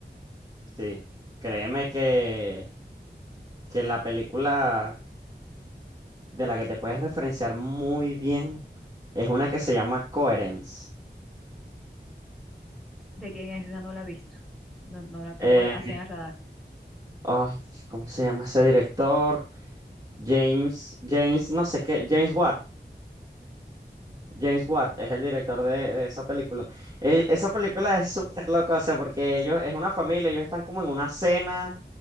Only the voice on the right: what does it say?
Sí, créeme que, que la película de la que te puedes referenciar muy bien es una que se llama Coherence.
Eh,
ay, ¿cómo se llama ese director? James, James, no sé qué, James Ward. James Ward es el director de, de esa película. Eh, esa película es súper loca, o sea, porque ellos, es una familia, ellos están como en una cena